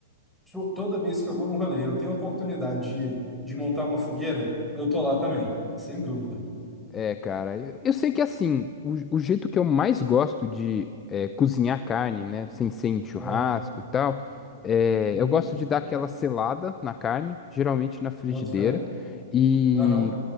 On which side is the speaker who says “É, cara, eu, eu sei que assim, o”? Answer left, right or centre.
Left